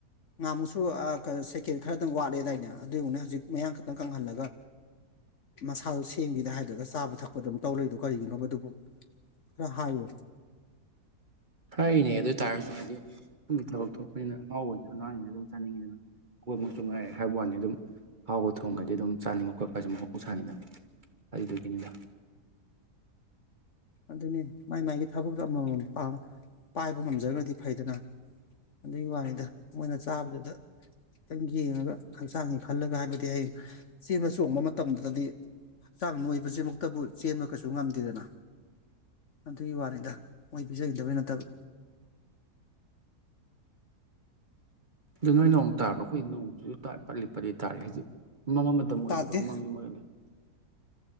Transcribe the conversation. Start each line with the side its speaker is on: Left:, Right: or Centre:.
Left: ꯉꯥꯍꯟꯃꯨꯛꯁꯨ ꯑꯥ ꯀ ꯁꯦꯀꯦꯟ ꯈꯔꯗꯪ ꯋꯥꯠꯂꯦ ꯗꯥꯏꯅꯦ ꯑꯗꯨ ꯌꯦꯡꯉꯨꯅꯦ ꯍꯧꯖꯤꯛ ꯃꯌꯥꯡ ꯈꯥꯇꯪ ꯀꯪꯍꯜꯂꯥꯒꯥ ꯃꯁꯥꯗꯣ ꯁꯦꯝꯒꯦꯗꯤ ꯍꯥꯏꯗ꯭ꯔꯒꯥ ꯆꯥꯕ ꯊꯛꯄꯥꯗ ꯑꯗꯨꯝ ꯇꯧ ꯂꯩꯗꯨꯕꯨ ꯀꯔꯤꯒꯤꯅꯣꯕꯥ ꯑꯗꯨꯕꯨ ꯈꯔ ꯍꯥꯏꯌꯨ
Right: ꯍꯥꯏꯔꯤꯅꯦ ꯑꯗꯨ ꯇꯥꯥꯔꯥꯁꯨ ꯍꯥꯏꯗꯤ ꯁꯨꯝꯒꯤ ꯊꯥꯕꯛ ꯊꯣꯛꯄꯥꯅꯤꯅꯥ ꯑꯍꯥꯎꯕꯥꯅꯤꯅꯥ ꯑꯉꯥꯡꯅꯤꯅꯥ ꯑꯗꯨꯝ ꯆꯥꯅꯤꯡꯉꯤꯗꯥꯅ ꯀꯣꯏꯃꯛꯁꯨ ꯉꯥꯏꯔꯦ ꯍꯥꯏꯕꯥ ꯋꯥꯅꯦ ꯑꯗꯨꯝ ꯑꯍꯥꯎꯕꯥ ꯊꯣꯡꯉꯥꯗꯤ ꯑꯗꯨꯝ ꯆꯥꯅꯤꯡꯕꯥ ꯈꯣꯠꯄꯥꯁꯤ ꯃꯍꯧꯁꯥꯅꯤꯅꯥ ꯑꯗꯨꯗꯨꯒꯤꯅꯤꯗꯥ
Left: ꯑꯗꯨꯅꯤ ꯃꯥꯏ ꯃꯥꯏꯒꯤ ꯊꯥꯕꯛꯇꯣ ꯑꯃꯃꯝ ꯄꯥꯡ ꯄꯥꯏꯕ ꯉꯝꯖꯒ꯭ꯥꯔꯗꯤ ꯐꯩꯗꯥꯅ ꯑꯗꯨꯒꯤ ꯋꯥꯅꯤꯗꯥ ꯃꯣꯏꯅ ꯆꯥꯕꯗꯨꯗꯥ ꯈꯤꯇꯪ ꯌꯦꯡꯉꯥꯒ ꯍꯛꯆꯥꯡꯒꯤ ꯈꯜꯂꯥꯒ ꯍꯥꯏꯕꯗꯤ ꯍꯥꯌꯦꯡ ꯆꯦꯟꯕꯥ ꯆꯣꯡꯕꯥ ꯃꯇꯝꯗꯨꯗꯥꯗꯤ ꯍꯛꯆꯥꯡ ꯅꯣꯏꯕꯥꯁꯤꯃꯨꯛꯇꯥꯕꯨ ꯆꯦꯟꯕꯥ ꯀꯩꯁꯨ ꯉꯝꯗꯦꯗꯥꯅ ꯑꯗꯨꯒꯤ ꯋꯥꯅꯤꯗꯥ ꯃꯣꯏ ꯄꯤꯖꯥꯈꯤꯗꯥꯕꯩ ꯅꯠꯇꯥꯕ
Right: ꯑꯗꯨ ꯅꯣꯏ ꯅꯣꯡ ꯇꯥꯕ꯭ꯔꯥ ꯑꯩꯈꯣꯏ ꯅꯣꯡꯗꯨꯁꯨ ꯇꯥꯏ ꯄꯜꯂꯤ ꯄꯜꯂꯤ ꯇꯥꯔꯤ ꯍꯥꯏꯖꯤꯛ ꯃꯝꯃꯥ ꯃꯇꯝ ꯑꯣꯏꯗ꯭ꯔꯤꯕꯥ
Left: ꯇꯥꯗꯦ
Right: ꯃꯝꯃꯥꯒꯥ ꯂꯩ